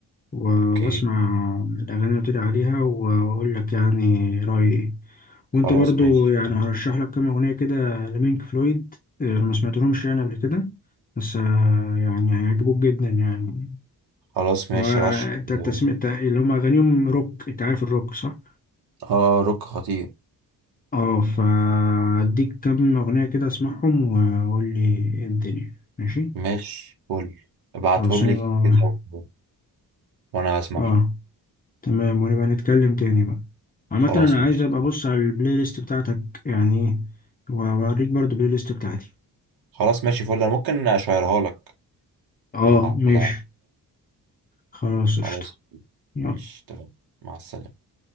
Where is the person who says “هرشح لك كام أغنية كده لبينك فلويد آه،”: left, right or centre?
Left